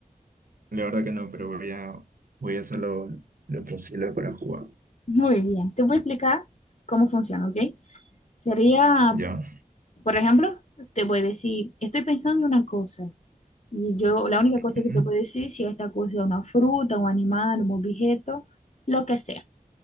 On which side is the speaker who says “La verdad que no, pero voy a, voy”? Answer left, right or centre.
Right